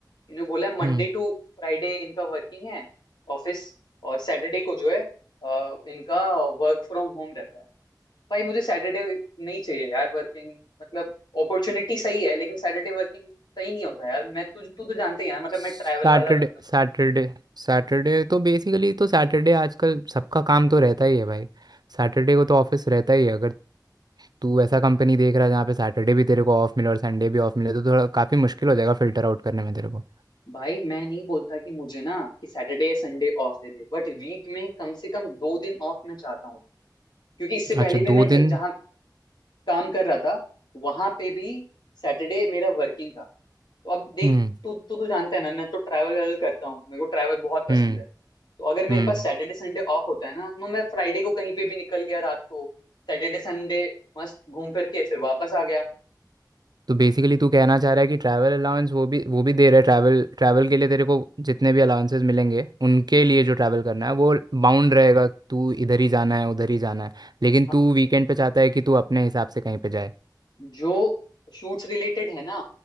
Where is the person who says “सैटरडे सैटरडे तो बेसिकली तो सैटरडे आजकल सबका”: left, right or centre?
Right